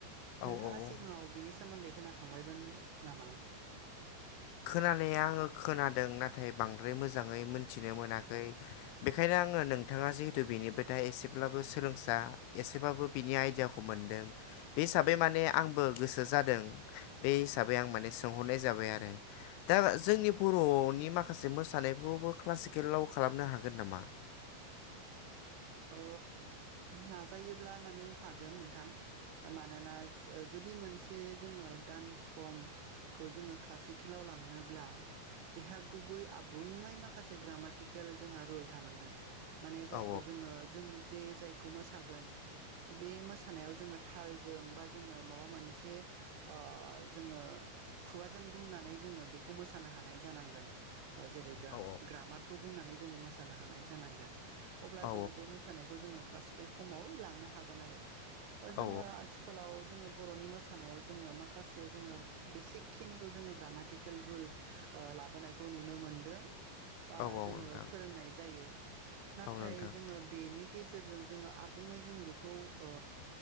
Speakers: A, on the left (about 85°); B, on the right (about 80°).
A: औ
B: नोंथाङा
A: औ
B: सिगाङाव
A: औ
B: बिनि सोमोन्दै खोनाखांबायमोन नामा?
A: खोनानाया आङो खोनादों नाथाय बांद्राय मोजाङै मोनथिनो मोनाखै बेखायनो आङो नोंथाङा जिहेतु बेनिबोथाय एसेब्लाबो सोलोंसा एसेब्लाबो बिनि आइडियाखौ मोनदों बे हिसाबै माने आंबो गोसो जादों बे हिसाबै आं माने सोंहरनाय जाबाय आरो। दा जोंनि बर'नि माखासे मोसानायखौबो क्लासिकेलाव खालामनो हागोन नामा? <inaudible>
B: ओ नाजायोब्ला माने हागोन नोंथां मानोना ओ जुदि दि मोनसे जोङो डान्स फर्मखौ जोङो क्लासिकेलाव लांनोब्ला बेहा गुबै आबुुङै माखासे ग्रामाटिकेल जोंहा रुल थानांगोन। माने जायखौ
A: औ
B: जोङो जों जे जाय खौ मोसागोन बे मोसानायाव जोङो थालजों बा जोङो माबा मोनसे ओ जोङो खुगाजों बुंनानै जोङो बेखौ मोसानो हानाय जानांगोन। जेरै ग्राम
A: औ
B: ग्रामारखौ बुंनानै जोङो मोसानो हानाय जानांगोन। अब्ला
A: औ
B: जोङो बे मोसानायखौ जोङो क्लासिकेल फर्माव लांनो हागोन आरो। ओ जोङो
A: औ
B: आथिखालाव जोङो बर'नि मोसानायाव जोङो माखासे जोङो बेसिक खिनिखौ जोङो ग्रामाटिकेल रुल ओ लाबोनायखौ नुनो मोनदों बा
A: औ
B: जोङो
A: औ नोंथां
B: फोरोंनाय जायो ना
A: औ
B: थाय
A: नोंथां
B: जोङो बेनि गेजेरजों जोङो आबुङै जों बे खौ ओ